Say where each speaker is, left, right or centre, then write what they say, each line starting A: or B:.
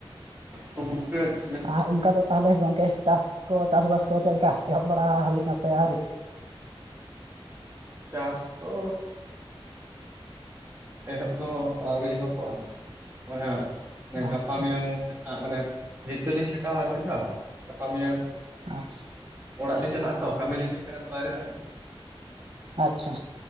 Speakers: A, on the right; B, on the right.
A: ᱛ ᱢᱩ <unintelligible>
B: ᱟᱨ ᱚᱱᱠᱟ ᱫᱚ ᱛᱟᱦᱚᱞᱮ ᱜᱚᱝᱠᱮ ᱪᱟᱥ ᱠᱚ ᱪᱟᱥᱵᱟᱥ ᱠᱚ ᱪᱮᱫ ᱞᱮᱠᱟ ᱮᱦᱚᱵ ᱵᱟᱲᱟ ᱦᱩᱭᱱᱟ ᱥᱮ ᱟᱹᱣᱨᱤ
A: ᱪᱟᱥ ᱛᱚ ᱮᱦᱚᱵ ᱫᱚ ᱟᱣᱨᱤ ᱮᱦᱚᱵᱚᱜᱼᱟ ᱚᱱᱟ ᱜᱟᱯᱟ
B: ᱟᱪᱪᱷᱟ
A: ᱢᱮᱭᱟᱝ ᱢᱟᱱᱮ ᱵᱷᱤᱛᱟᱹ ᱞᱤᱧ ᱪᱷᱟᱴᱟᱜᱣᱟ ᱟᱨ ᱢᱤᱫ ᱫᱷᱟᱣ ᱜᱟᱯᱟ ᱢᱮᱭᱟᱝ
B: ᱟᱪᱪᱷᱟ
A: ᱚᱲᱟᱜ ᱞᱤᱧ ᱪᱟᱞᱟᱜᱼᱟ ᱛᱚ ᱠᱟᱹᱢᱤ ᱞᱤᱧ ᱦᱮᱡ ᱟᱠᱟᱱᱟ ᱛᱚ ᱵᱟᱭᱨᱮ ᱠᱟᱢᱤ
B: ᱟᱪᱪᱷᱟ